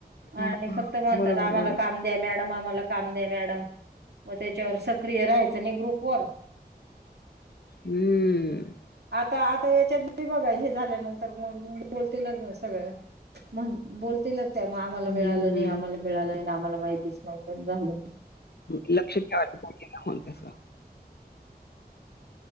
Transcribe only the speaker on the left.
हां. हां.
बरोबर,
बरोबर.
हम्म........
हं, हं.
लक्ष ठेवायंला पाहिजे ना तसं.